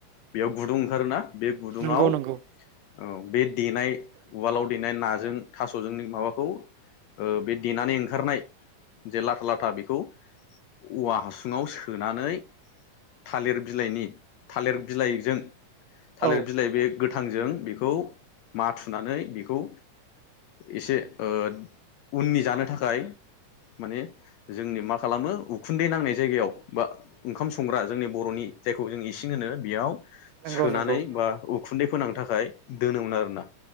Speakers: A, on the left; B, on the right.
A: बेयाव गुदुं ओंखारोना बे गुदुङाव
B: नंगौ नंगौ
A: ओ बे देनाय उवालाव देनाय नाज जों थासजों माबाखौ ओ देनानै ओंखारनाय जे लाथा लाथा बेखौ औवा हासुङाव सोनानै थालिर बिलाइनि थालिर बिलाइजों थालिर
B: औ
A: बिलाइ बे गोथांजों बेखौ माथुनानै बेखौ एसे ओ उननि जानो थाखाय माने जोंनि मा खालामो उखुन्दै नांनाय जायगायाव बा ओंखाम संग्रा जोंनि बर'नि जायखौ जों इसिं होनो बेयाव
B: नंगौ
A: सोनानै
B: नंगौ
A: बा उखुन्दै फोनांनो थाखा खाय दोनोमोन आरो ना।